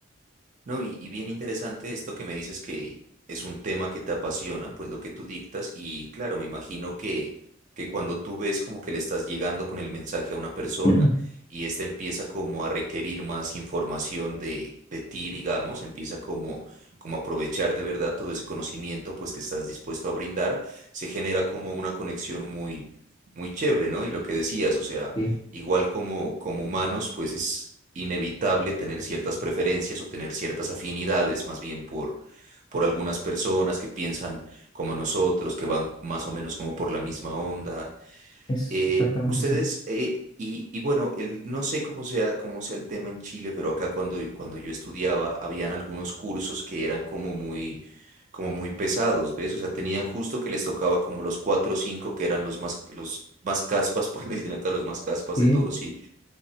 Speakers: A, on the right; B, on the left.
A: No, y, y bien interesante esto que me dices que es un tema que te apasiona, pues lo que tú dictas, y claro, me imagino que, que cuando tú ves como que le estás llegando con el mensaje a una persona
B: <clears throat>
A: y esta empieza como a requerir más información de, de ti, digamos, empieza como, como a aprovechar de verdad todo ese conocimiento pues que estás dispuesto a brindar, se genera como una conexión muy, muy chévere, ¿no? Y lo que decías, o sea...
B: Sí,
A: Igual como, como humanos, pues es inevitable tener ciertas preferencias o tener ciertas afinidades, más bien por, por algunas personas que piensan como nosotros, que van más o menos como por la misma onda.
B: es
A: Eh,
B: exactamente
A: ustedes,
B: sí.
A: eh, y, y bueno, el, no sé cómo sea, cómo sea el tema en Chile, pero acá cuando, cuando yo estudiaba, habían algunos cursos que eran como muy, como muy pesados, ¿ves? O sea, tenían justo que les tocaba como los cuatro o cinco que eran los más, los más caspas, <laughs> pues le dicen acá los más caspas
B: Sí.
A: de todos, y,